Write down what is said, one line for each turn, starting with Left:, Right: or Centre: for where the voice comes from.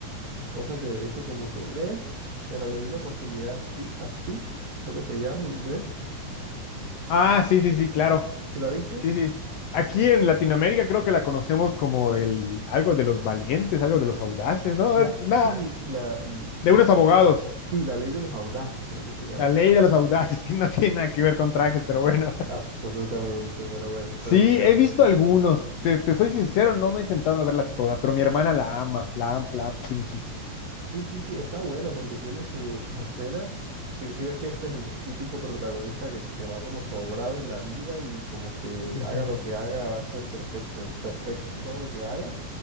Right: las cosas de derecho como que me... Pero le di la oportunidad a, Sui- a Suits, creo que se llama en inglés.
Left: Ah, sí, sí, sí, claro.
Right: ¿Sí la viste?
Left: Sí, sí. Aquí en Latinoamérica creo que la conocemos como el algo de los valientes, algo de los audaces, ¿no?
Right: La,
Left: Eh, Nada,
Right: sí, la, l-
Left: de
Right: creo-
Left: unos abogados.
Right: sí, la ley de los audaces creo que se llama
Left: La
Right: en
Left: ley
Right: español.
Left: de los audaces, <laughs> que no tiene nada que ver con trajes, pero bueno.
Right: Absolutamente, pero bueno,
Left: Sí,
Right: traducciones.
Left: he visto algunos. Te, te soy sincero, no me he sentado a verla toda, pero mi hermana la ama, la ama, la ama sí, muchísimo.
Right: Sí, sí, sí, está bueno porque tiene su- sus escenas. Sí, sí ves que este es el típico protagonista que, que va como sobrado en la vida y como que
Left: Ujú.
Right: haga lo que haga va a ser perfección, perfecto todo lo que haga,